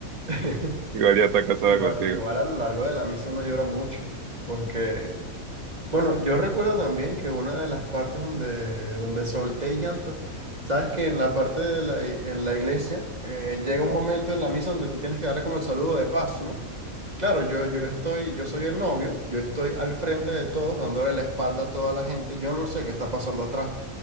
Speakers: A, on the right (about 30°); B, on the right (about 80°).
A: <laughs>
B: Igual ya está casada
A: Igual,
B: contigo.
A: igual a lo largo de la misa uno llora mucho, porque, bueno, yo recuerdo también que una de las partes donde, donde solté llanto, sabes que en la parte de la, en la iglesia eh, llega un momento en la misa donde tú tienes que dar como el saludo de paz, ¿no? Claro, yo, yo estoy, yo soy el novio, yo estoy al frente de todos, dándole la espalda a toda la gente, yo no sé qué está pasando atrás,